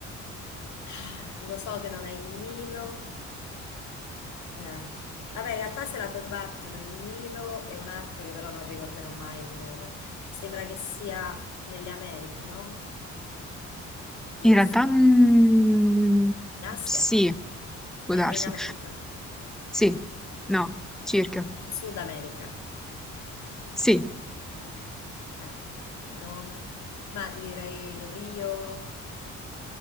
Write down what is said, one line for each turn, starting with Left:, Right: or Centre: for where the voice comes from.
Left: Ah, Lo so che non è il Nilo. Eh, Vabbè, in realtà se la combattono il Nilo e un altro che però non ricorderò mai il nome. Sembra che sia nelle Americhe, no? Giusto?
Centre: In realtà, mm,
Left: In Asia?
Centre: sì, può
Left: È,
Centre: darsi.
Left: è in America.
Centre: Sì, no, circa.
Left: In Sud America.
Centre: Sì,
Left: Eh, nome? Ma ti direi Rio.